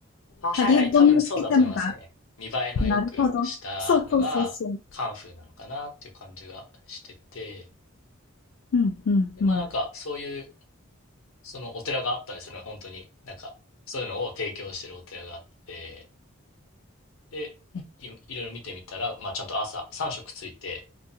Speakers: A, on the left; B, on the left.
A: あ、
B: ハリウッドについたのが
A: はいはい、多分そうだと思いますね。見栄えの良くしたのがカンフーなのかなっていう感じがしてて。
B: なるほど。そうそうそうそう。うんうんうん。
A: で、まあなんかそういう、そのお寺があったんですよね、本当に。なんか、そういうのを提供してるお寺があって。で、
B: え、
A: い、いろいろ見てみたら、まあ、ちゃんと朝、3食ついて、